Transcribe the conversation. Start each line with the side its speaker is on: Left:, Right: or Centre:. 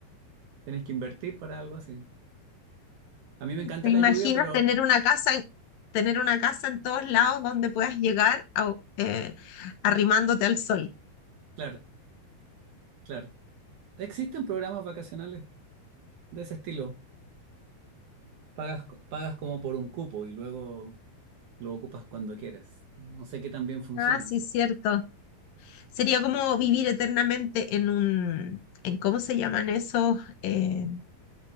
Right: Tienes que invertir para algo así. A mí
Left: Mm,
Right: me encanta
Left: ¿Te
Right: la
Left: imaginas
Right: lluvia, pero
Left: tener una casa, en- tener una casa en todos lados donde puedas llegar a- eh, arrimándote al sol?
Right: claro, claro. Existen programas vacacionales de ese estilo. Pagas, co- pagas como por un cupo y luego lo ocupas cuando quieres. No sé qué tan bien funcionan,
Left: Ah, sí,
Right: sí.
Left: cierto. Sería como vivir eternamente en un, en cómo se llaman esos, eh,